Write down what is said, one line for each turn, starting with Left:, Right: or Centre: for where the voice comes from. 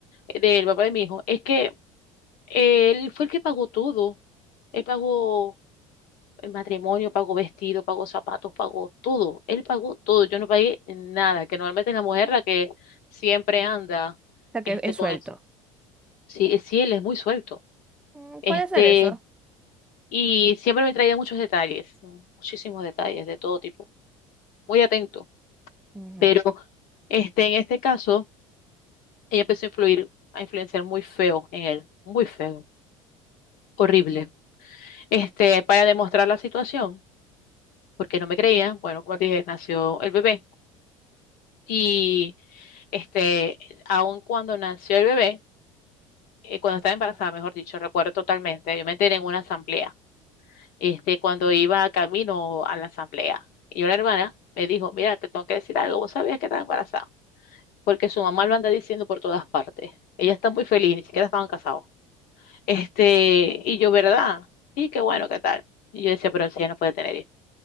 Left: eh, del papá de mi hijo es que él fue el que pagó todo. Él pagó el matrimonio, pagó vestido, pagó zapatos, pagó todo. Él pagó todo. Yo no pagué nada, que normalmente es la mujer la que siempre anda
Centre: sea, que
Left: este,
Centre: es
Left: con
Centre: suelto.
Left: eso. Sí, sí, él es muy suelto.
Centre: Mm,
Left: este
Centre: Puede ser eso.
Left: Y siempre me traía muchos detalles, muchísimos detalles de todo tipo, muy atento.
Centre: Ujú.
Left: Pero este, en este caso, ella empezó a influir, a influenciar muy feo en él, muy feo, horrible. Este, para demostrar la situación, porque no me creían, bueno, como te dije, nació el bebé. Y este, aun cuando nació el bebé, eh, cuando estaba embarazada, mejor dicho, recuerdo totalmente, yo me enteré en una asamblea. este, cuando iba camino a la asamblea. Y yo, la hermana, me dijo, mira, te tengo que decir algo, vos sabías que estaba embarazada, porque su mamá lo anda diciendo por todas partes. Ella está muy feliz, ni siquiera estaban casados. Este, y yo, ¿verdad? Sí, qué bueno, ¿qué tal? Y yo decía, pero si ella no puede tener hijos.